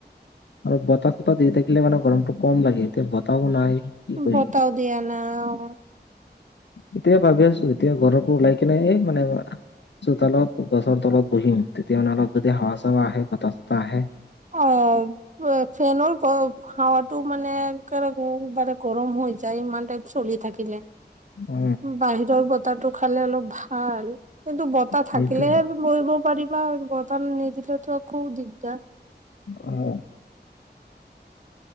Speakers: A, on the left; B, on the right.
A: আৰু বতাহ চতাহ দি থাকিলে মানে গৰমটো কম লাগে এতিয়া বতাহও নাই কি কৰিম
B: বতাও দিয়া নাই অহ
A: এতিয়া ভাবি আছো এতিয়া ঘৰৰ পৰা ওলাই কিনে এই মানে চোতালত গছৰ তলত বহিম তেতিয়া অলপ যদি হাৱা চাৱা বতাহ চতাহ আহে
B: অহ ফেনৰ খাৱাটো মানে কে লে বাৰে গৰম মই যাই ইমান টাইপ চলি থাকিলে
A: অ
B: বাহিৰৰ বতাহটো খালে অলপ ভাল কিন্তু বতাহ
A: সেইটোৱে
B: থাকিলেহে বহিব পাৰিবা বতাহ নিদিলেতো খুব দিগদাৰ
A: অহ